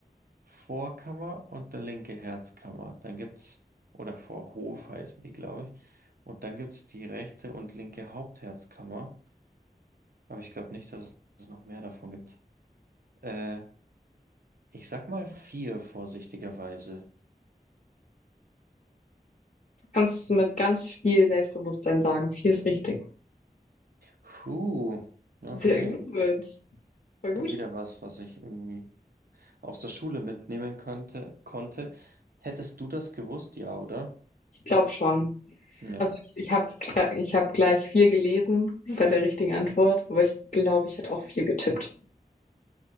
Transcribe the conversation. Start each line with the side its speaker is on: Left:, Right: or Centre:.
Right: Vorkammer und eine linke Herzkammer. Dann gibt's, oder Vorhof heißen die, glaube ich. Und dann gibt's die rechte und linke Hauptherzkammer. Aber ich glaube nicht, dass es noch mehr davon gibt. Äh, ich sag mal vier vorsichtigerweise.
Left: Kannst du mit ganz viel Selbstbewusstsein sagen. Vier ist richtig.
Right: Puh, okay.
Left: Sehr gut. Voll gut.
Right: Ja, wieder was, was ich irgendwie aus der Schule mitnehmen könnte, konnte. Hättest du das gewusst? Ja, oder?
Left: Ich glaube schon.
Right: Ja,
Left: Also ich, ich habe ich hab gleich vier gelesen bei der richtigen Antwort, aber ich glaube, ich hätte auch vier getippt.